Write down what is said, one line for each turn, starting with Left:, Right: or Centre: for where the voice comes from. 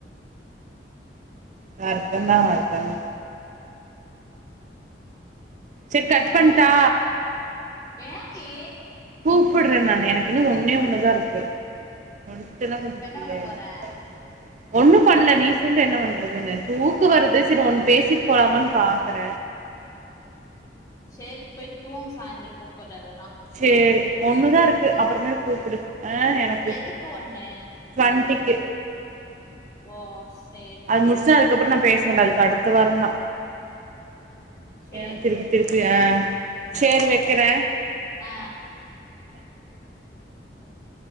Right: வர்த்தந்தா வர்த்தந்தா சரி கட்
Left: நல்லா
Right: பண்ட்டா
Left: ஜிக் ஏன்டி
Right: கூப்புற நானு எனக்கு இன்னு ஒன்னே ஒண்ணுதா இருக்கு முடுச்சுட்டனா கொஞ்சோ
Left: இப்ப என்ன
Right: ஃப்ரீ
Left: பண்ண
Right: ஆயிருவ
Left: போற
Right: <inaudible> ஒண்ணு பண்ல நீ சொல்லு என்ன பண்றதுன்னு தூக வருது செரி ஒண் பேசிட்டு போலாமனு பாக்ற
Left: சேரி போய் தூங் சாய்தர கூப்பற இல்லனா
Right: சேரி ஒண்ணுதா இருக்கு
Left: ம்
Right: அப்றமேல் கூப்புடு ஆ எனக்கு
Left: எதுக்கு ஒண்ணு
Right: டு்வெண்டிக்கு
Left: ஓ சேரி
Right: முடிச்சா அதுக்கப்புற நா பேச மாட்ட அதுக்கு அடுத்த வாரந்தா
Left: சேரி
Right: ஏ தி சேரி
Left: ம்
Right: வக்கிற
Left: ஆ ம்